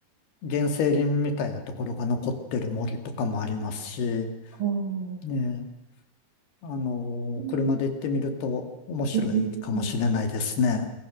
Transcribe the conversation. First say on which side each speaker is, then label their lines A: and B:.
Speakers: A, on the left; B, on the right.
A: 原生林みたいなところが残ってる森とかもありますし、
B: おー
A: ねえ、あの、
B: うん
A: 車で行ってみると面白いかもしれないですね。
B: うんうんうん